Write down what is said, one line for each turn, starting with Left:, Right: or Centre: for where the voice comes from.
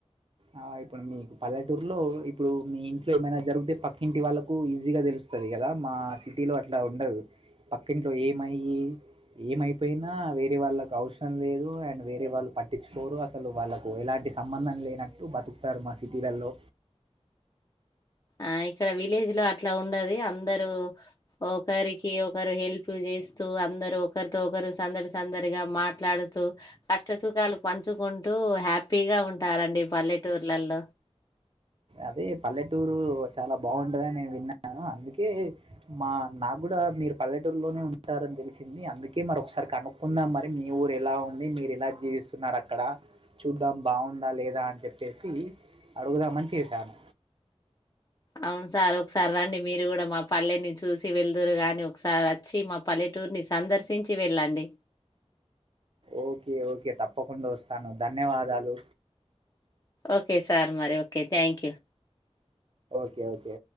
Right: ఆ ఇప్పుడు మీకు పల్లెటూరు లో ఇప్పుడు మీ ఇంట్లో ఏమైనా జరిగుతే పక్కింటి వాళ్ళకు ఈజీగా తెలుస్ స్తది కదా మా సిటీలో అట్లా ఉండదు పక్కంట్లో ఏమయి ఏమైపోయినా వేరే వాళ్ళకు అవసరం లేదు అండ్ వేరే వాళ్ళు పట్టించుకోరు అసలు వాళ్ళలకు ఎలాంటి సంబంధం లేనట్టు బతుకుతారు మా సిటీలలో
Left: ఆ ఇక్కడ విలేజ్ లో అట్లా ఉండది అందరు ఒకరికి ఒకరు హెల్ప్ చేసి చేస్తూ అందరు ఒకరితో ఒకరు సందడి సందడిగా మాట్లాడుతూ కష్ట సుఖాలు పంచుకుంటూ హ్యాపీగా ఉంటారండి పల్లెటూర్లలో
Right: అదే పల్లెటూరు చాలా బాగుంటదని నేను విన్నాను అందుకే మా నాకు అంతా మీరు పల్లెటూరులోనే ఉంటారని తెలిసింది అందుకే మరి ఒకసారి కనుక్కుందాం మరి మీ ఊరు ఎలా ఉంది ఎలా జీవిస్తున్నారు అక్కడ చూద్దాం బాగుందా లేదా అని చెప్పేసి అడుగుదాము చేశాను
Left: అవును సార్ ఒకసారి రండి మీరు కూడా మా పల్లెని చూసి వెళదురు కానీ ఒకసారి వచ్చి మా పల్లెటూరు సందర్శించి వెళ్ళండి
Right: ఓకే ఓకే తప్పకుండా వస్తాను ధన్యవాదాలు
Left: ఓకే సార్ మరి okay thank you.
Right: Okay okay